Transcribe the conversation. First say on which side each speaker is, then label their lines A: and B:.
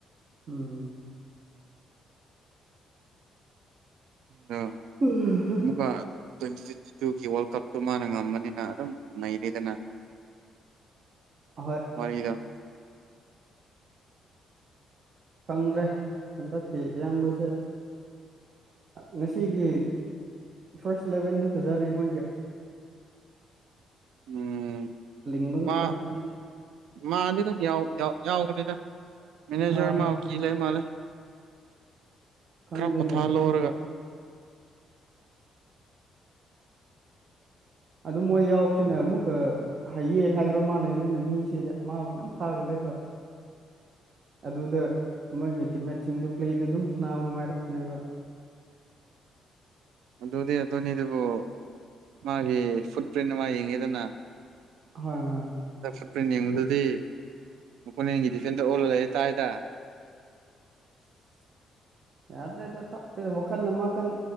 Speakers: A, on the right (about 50°); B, on the right (about 85°).
A: ꯎꯝ
B: ꯑꯗꯣ
A: ꯎꯝ
B: ꯑꯃꯨꯛꯀ ꯇ꯭ꯋꯦꯟꯇꯤ ꯇ꯭ꯋꯦꯟꯇꯤ ꯇꯨꯒꯤ ꯋꯥꯔꯜ ꯀꯞꯇꯨ ꯃꯥꯅ ꯉꯝꯕꯅꯤꯅ ꯑꯗꯨꯝ ꯅꯩꯔꯤꯗꯅ
A: ꯑꯍꯣꯏ
B: ꯃꯔꯤꯗ
A: ꯈꯪꯗ꯭ꯔꯦ ꯍꯟꯗꯛꯀꯤ ꯏꯌꯥꯝꯕꯁꯦ ꯉꯁꯤꯒꯤ ꯐꯥꯔꯁ ꯂꯂꯦꯚꯦꯟꯗꯤ ꯐꯖꯔꯤ ꯃꯣꯏꯒ <inaudible>
B: ꯎꯝ
A: <inaudible>
B: ꯃꯥ ꯃꯥꯗꯤ ꯑꯗꯨꯝ ꯌꯥꯎꯕꯅꯤꯗ ꯃꯦꯅꯦꯖꯔ
A: ꯑ
B: ꯃꯥ ꯀꯤ ꯂꯩ ꯃꯥꯜꯂꯦ
A: ꯈꯪꯗꯦꯅ
B: ꯈꯔ ꯄꯣꯊꯥꯍꯜꯂꯧꯔꯒ
A: ꯆꯗ ꯑꯗꯨ ꯃꯣꯏ ꯌꯥꯎꯕꯁꯤꯅꯦ ꯑꯃꯨꯛ ꯍꯩꯌꯦ ꯍꯥꯏꯕ ꯃꯥꯜ ꯂꯩꯕꯅꯤꯅ ꯃꯤꯁꯦ ꯃꯥꯕꯨ ꯌꯥꯝ ꯐꯒ ꯂꯩꯕ <inaudible> ꯑꯗꯨꯗ ꯃꯣꯏꯒꯤ ꯇꯤꯝꯃꯦꯠꯁꯤꯡꯗꯨ ꯄ꯭ꯂꯦꯗꯨ ꯑꯗꯨꯝ ꯁꯅꯥꯎ ꯅꯨꯡꯉꯥꯏꯔꯛꯄꯅꯦꯕ <inaudible>
B: ꯑꯗꯨꯗꯤ ꯑꯗꯨꯅꯤ ꯑꯗꯨꯕꯨ ꯃꯥꯒꯤ ꯐꯨꯠꯄ꯭ꯔꯤꯟ ꯃꯥ ꯌꯦꯡꯉꯦꯗꯅ
A: ꯍꯣꯏ ꯍꯣꯏ
B: ꯑꯗ ꯐꯨꯠꯕꯜ ꯌꯦꯡꯕꯨꯗꯨꯗꯤ ꯃꯄꯣꯟꯒꯤ ꯗꯤꯐꯦꯟꯗ ꯑꯣꯜꯂꯛꯦ ꯇꯥꯏꯗ
A: <inaudible> ꯌꯥꯗ꯭ꯔꯦꯗ ꯇꯞꯄ꯭ꯔꯦꯗ ꯋꯥꯈꯜꯅ ꯃꯈꯈꯟ